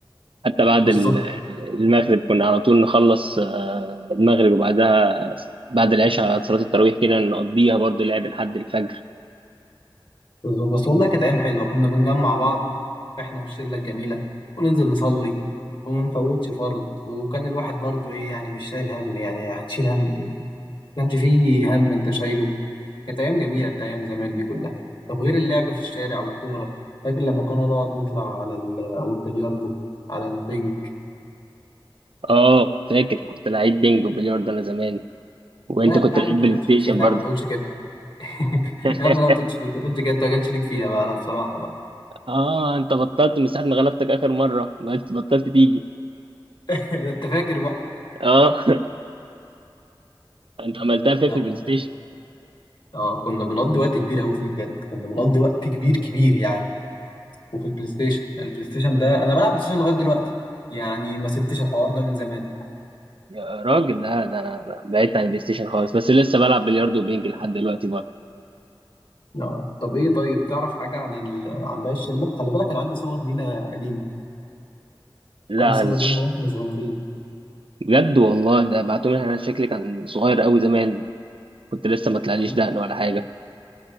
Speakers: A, on the right; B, on the left.
A: حتى بعد
B: بالظبط
A: ال- المغرب كنا على طول نخلص آه، المغرب وبعدها بعد العشاء على صلاة التراويح كده نقضيها برضو لعب لحد الفجر
B: بالظبط بس والله كانت ايام حلوه كنا بنجمع بعض احنا والشله الجميله وننزل نصلي وما نفوتش فرض وكان الواحد برضه ايه يعني مش شايل هم يعني هتشيل هم ايه ما كانش فيه هم انت شايله كانت أيام جميلة بتاع أيام زمان دي كلها طب غير اللعب في الشارع والكورة فاكر لما كنا نقعد نطلع على ال- على البلياردو على البنج
A: اه فاكر كنت لعيب بينج وبلياردو انا زمان وانت
B: لا
A: كنت
B: يا عم
A: لعيب
B: أنت
A: بلاي
B: ما كانش
A: ستيشن
B: ليك فيها يا
A: برضه
B: عم ما تقولش كده <laughs>
A: <laughs>
B: يا عم لا ما تقولش ليك ما تقولش كده أنت ما كانش ليك فيها بقى لا بصراحة بقى
A: اه انت بطلت من ساعة ما غلبتك اخر مرة ما بطلت تيجي
B: <laughs> ده أنت فاكر بقى
A: اه <laughs> انت عملتها فين
B: لا
A: في البلاي
B: احنا كنا
A: ستيشن
B: اه كنا بنقضي وقت كبير قوي فيه بجد كنا بنقضي وقت كبير كبير يعني وفي البلاي ستيشن البلاي ستيشن ده أنا بلعب بلاي ستيشن لغاية دلوقتي يعني ما سبتش الحوار ده من زمان
A: يا راجل لا ده انا أنا بعدت عن البلاي ستيشن خالص بس لسه بلعب بلياردو وبينج لحد دلوقتي برضه
B: اه طب ايه طيب تعرف حاجه عن ال... عن باقي الشله خلي بالك انا عندي صور لينا قديمه
A: لا
B: عندي صور
A: هلش
B: لينا واحنا صغيرين
A: بجد والله ده بعتولي انا شكلي كان صغير قوي زمان كنت لسه ما طلعليش
B: انا مم-
A: دقن ولا حاجه